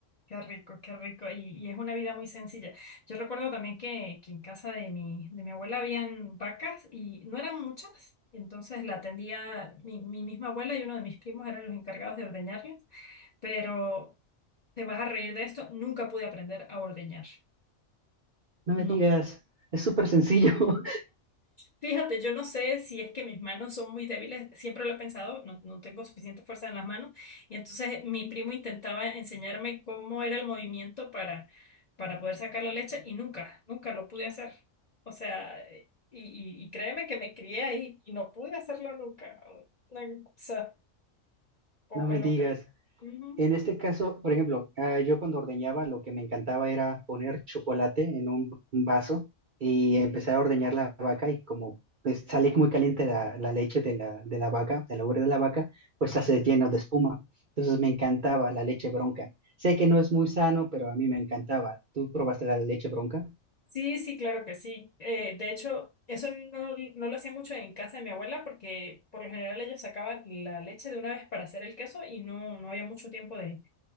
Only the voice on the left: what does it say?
Qué rico, qué rico. Y, y es una vida muy sencilla. Yo recuerdo también que, que en casa de mi, de mi abuela habían vacas y no eran muchas. Entonces la atendía mi, mi misma abuela y uno de mis primos eran los encargados de ordeñarlas. Pero te vas a reír de esto, nunca pude aprender a ordeñar.
No.
Fíjate, yo no sé si es que mis manos son muy débiles, siempre lo he pensado, no, no tengo suficiente fuerza en las manos, y entonces mi primo intentaba enseñarme cómo era el movimiento para, para poder sacar la leche y nunca, nunca lo pude hacer. O sea, eh, y, y- y créeme que me crié ahí y no pude hacerlo nunca. Una cosa poco
loca.
Ujú.
Sí, sí, claro que sí. Eh, de hecho, eso no, no lo hacía mucho en casa de mi abuela porque por lo general ellos sacaban la leche de una vez para hacer el queso y no, no había mucho tiempo de,